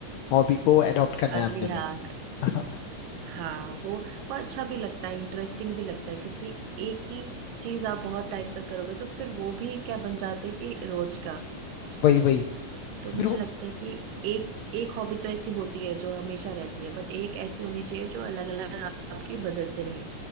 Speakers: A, on the left; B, on the right.
A: हॉबी को एडॉप्ट करना
B: अगली
A: है अपने में
B: हाँ
A: <laughs>
B: हाँ वो वो अच्छा भी लगता है इंटरेस्टिंग भी लगता है क्योंकि एक ही चीज आप बहुत टाइम तक करोगे तो फिर वो भी क्या बन जाती है कि रोज का
A: वही वही
B: तो
A: फिर
B: मुझे
A: वो
B: लगता है कि एक एक हॉबी तो ऐसी होती है जो हमेशा रहती है बट एक ऐसी होनी चाहिए जो अलग अलग आपकी बदलते रहे